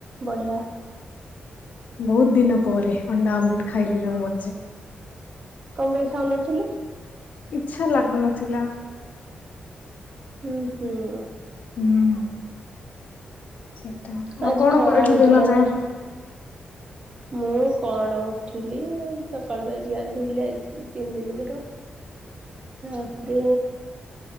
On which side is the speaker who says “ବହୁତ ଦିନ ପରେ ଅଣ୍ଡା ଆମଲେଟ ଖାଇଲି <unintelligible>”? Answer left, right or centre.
Left